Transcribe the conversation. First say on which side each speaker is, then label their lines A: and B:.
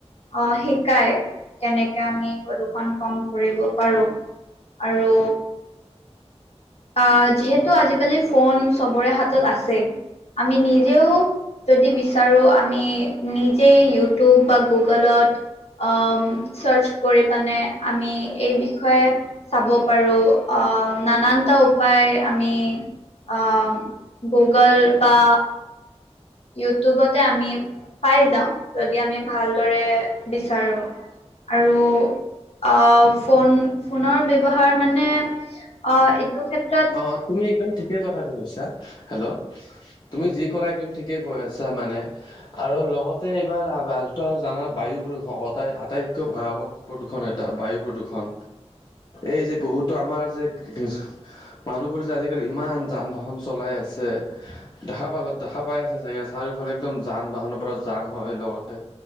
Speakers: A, on the left (about 65°); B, on the left (about 40°).
A: অ শিকাই, কেনেকে আমি প্ৰদূৰ্ষণ কম কৰিব পাৰো। আৰু অ' যিহেতু আজিকালি ফোন চবৰে হাতত আছেই আমি নিজেও, যদি বিচাৰো, আমি নিজেই ইউটিউব বা গুগল গলত, অ'ম চাৰ্চ কৰি পানে, আমি এই বিষয়ে চাব পাৰো, আ নানানটা উপায় আমি অ গুগল বা ইউটিউবতে আমি পাই যাওঁ, যদি আমি ভালদৰে বিচাৰো। আৰু আহ ফোন, ফোনৰ ব্যৱহাৰ মানে অ' এইটো ক্ষেত
B: অ তুমি একদম ঠিকে কথাটো কৈছা, হেল্ল', তুমি যি কৰা একদম ঠিকে কৈ আছা মানে আৰু লগতে এইবাৰ আগ <unintelligible> বা জান বায়ু বোৰে ভগতে আটাইতকৈ ভয়াৱহ প্ৰদূষণ এটা, বায়ু প্ৰদূৰষণ, এই যে বহুতো আমাৰ যে, <unintelligible> মানুহবোৰ যে আজিকালি ইমান যান বাহন চলাই আছে, দেখা পালত দেখা পাই আছে চাগে, চাৰিওফালে একদম যান বাহনৰ পৰা যাম হয় লগতে,